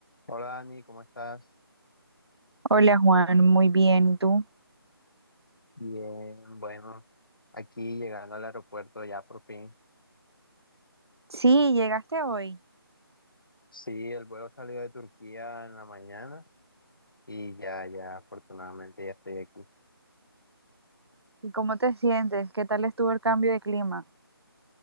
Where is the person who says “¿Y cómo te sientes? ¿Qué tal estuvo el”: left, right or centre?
Right